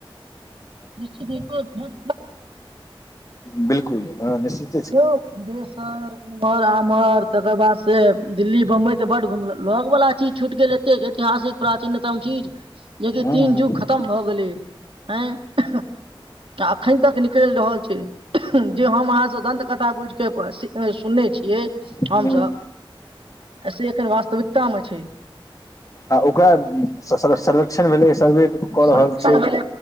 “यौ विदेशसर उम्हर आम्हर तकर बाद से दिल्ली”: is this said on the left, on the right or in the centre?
Right